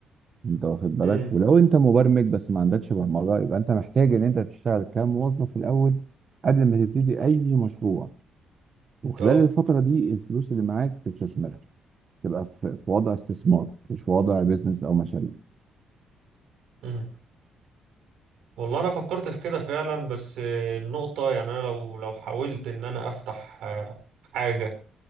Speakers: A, on the right; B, on the right.
A: انت واخد بالك
B: امم
A: ولو انت مبرمج بس ما عندكش برمجه يبقى انت محتاج ان انت تشتغل كموظف الاول قبل ما تبتدي اي مشروع وخلال
B: اه
A: الفتره دي الفلوس اللي معاك تستثمرها تبقى في في وضع استثمار مش في وضع بيزنس او مشاريع
B: مم. والله انا فكرت في كده فعلا بس آه، النقطة يعني انا لو لو حاولت ان انا افتح آه، حاجة